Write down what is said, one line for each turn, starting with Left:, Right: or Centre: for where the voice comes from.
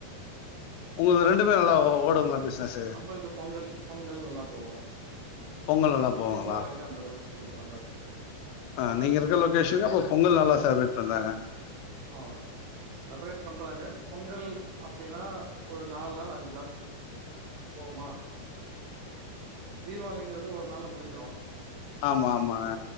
Left: உங்ளுக்கு ரெண்டுமே நல்லா ஓடுங்ளா
Right: ஆமா
Left: பிஸ்னஸு
Right: நம்பளுக்கு பொங்கல் பொங்கல் நல்லா போகு
Left: பொங்கல் நல்லா போவாங்களா?
Right: தீபாவளிக்கு அந் அளவுக்கு சொல்லிக்கற மார்ருக்காது
Left: அ நீங்க இருக்க லொக்கேஷ்னுக்கு அப்ப பொங்கல் நல்லா செலப்ரேட் பண்றாங்க
Right: அ செலப்ரேட் பண்றாங்க பொங்கல் அப்டினா ஒரு நால் நாள் அஞ்சு நாள் போமா தீபாவளிங்கிறது ஒரு நாள்ள முடிஞ்சிரு
Left: ஆமா ஆமாங்க